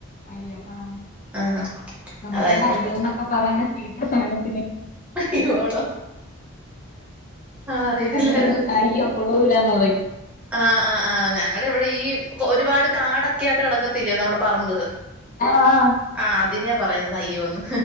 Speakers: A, on the left; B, in the centre.
A: അയ്യം ആഹ്
B: ആഹ്
A: നമ്മളെവിടെ
B: അതാ ഞങ്ങ ഇവിടുത്തെ
A: അയ്യൊന്നൊക്കെ പറയണ- ചീത്ത സാന-
B: അയ്യോ ആണോ ആഹ് അറിയത്തില്ലായിരുന്നു
A: അയ്യം അയ്യം കൊള്ളൂല്ലാന്ന് പറയും
B: ആഹ് ആഹ് ആഹ് ഞങ്ങള് ഈ ഒരു പാട് കാടക്കെയാട്ട് കിടക്കത്തില്ലെ നമ്മടെ പറമ്പ്
A: ആ ആ
B: ആ അതിനെയാ പറയുന്ന- അയ്യോ ന്ന്